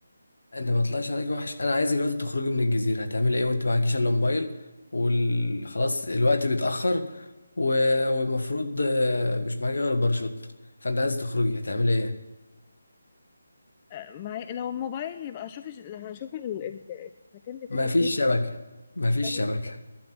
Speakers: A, on the left; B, on the left.
A: انت ما طلعش عليك وحش انا عايزك دلوقتي تخرجي من الجزيرة هتعمل ايه وانت معكيش الا موبايل وخلاص الوقت بيتأخر و- والمفروض آه، مش معاك غير الباراشوت فانت عايز تخرجي هتعمل ايه
B: معي لو الموبايل يبقى اشوف هشوف ال- ال- المكان بتاعي
A: ما فيش
B: فين
A: شبكة ما
B: في الشبكة
A: فيش شبكة